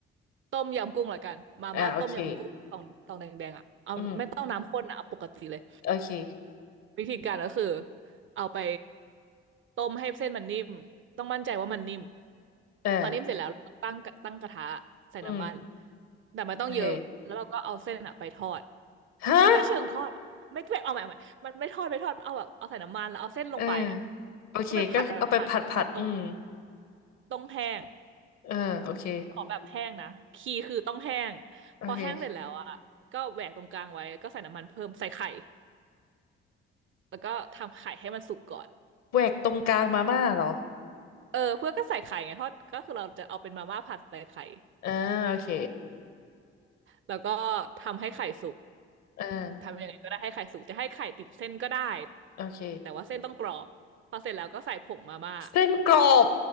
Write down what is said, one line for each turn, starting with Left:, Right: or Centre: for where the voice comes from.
Right: ต้มยำกุ้งละกันมาม่าต้มยำกุ้งตองตองแดงๆอ่ะเอาไม่ต้องน้ำข้นนะเอาปกติเลย
Left: อ่าโอเคอืมโอเค
Right: วิธีการก็คือเอาไปต้มให้เส้นมันนิ่มต้องมั่นใจว่ามันนิ่ม
Left: เออ
Right: พอนิ่มเสร็จแล้วเราก็ตั้งตั้งกระทะใส่น้ำมัน
Left: อืม
Right: แต่มันต้องเยอะแล้วเราก็เอาเส้นอะไปทอด
Left: โอเคฮะ
Right: มันไม่เชิงทอดอะไม่ไม่เอาใหม่เอาใหม่มันไม่ทอดไม่ทอดเอาแบบเอาใส่น้ำมันแล้วเอาเส้นลงไปอ่ะ
Left: เออโอเคก็เอาไปผัดผัดอืม
Right: ก็ไปผัดผัดผัดผัดตรงต้องแห้ง
Left: เออโอเค
Right: ขอแบบแห้งนะคีย์คือต้องแห้งพอแห้งเสร็จแล้วอ่ะก็แหวกตรงกลางไว้แล้วก็ใส่น้ำมันเพิ่มใส่ไข่
Left: โอเค
Right: แล้วก็ทำไข่ให้มันสุกก่อน
Left: แหวกตรงกลางมาม่าเหรอ
Right: เออเพื่อนก็ใส่ไข่ไงทอดก็คือเราจะเอาเป็นมาม่าผัดใส่ไข่
Left: อ่าโอเค
Right: แล้วก็ทำให้ไข่สุก
Left: เออ
Right: ทำยังไงก็ได้ให้ไข่สุกจะให้ไข่ติดเส้นก็ได้
Left: โอเค
Right: แต่ว่าเส้นต้องกรอบพอเสร็จแล้วก็ใส่ผงมาม่า
Left: เส้นกรอบ